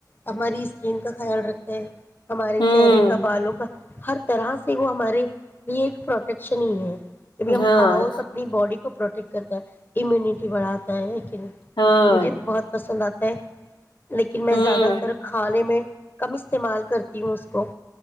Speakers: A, on the left (about 30°); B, on the left (about 85°).
A: ہماری اسکین کا خیال رکھتے ہیں ہمارے
B: ہوں
A: چہرے کا بالوں کا ہر طرح سے وہ ہمارے لیے ایک پروٹیکشن ہی ہے جبھی ہم
B: ہاں
A: کھاؤ تو اپنی باڈی کو پروٹیکٹ کرتا ہے امیونٹی بڑھاتا ہے
B: ہاں
A: مجھے تو بہت پسند آتا ہیں لیکن میں
B: ہوں
A: زیادہ تر کھانے میں کم استعمال کرتی ہوں اس کو